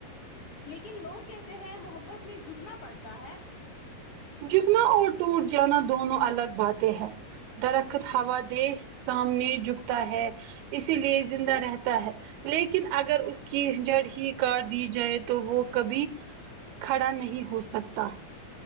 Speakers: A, on the left; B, on the right.
A: لیکن لوگ کہتے ہیں محبت میں جھکنا پڑتا ہے
B: جکنا اور ٹوٹ جانا دونوں الگ باتیں ہیں درخت ہوا دے سامنے جھکتا ہے اسی لیے زندہ رہتا ہے لیکن اگر اس کی جڑ ہی کاٹ دی جائے تو وہ کبھی کھڑا نہیں ہو سکتا